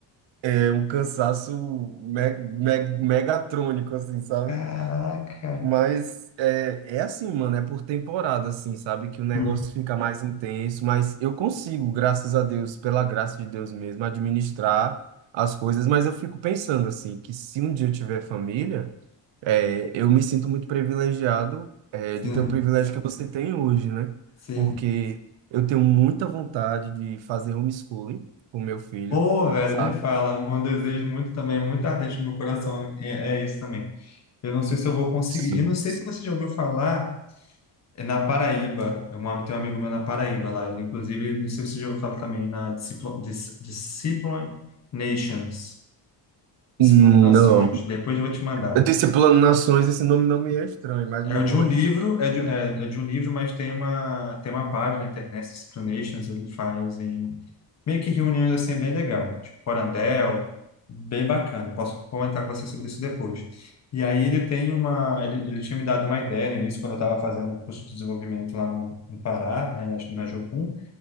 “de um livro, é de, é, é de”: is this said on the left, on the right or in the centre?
Left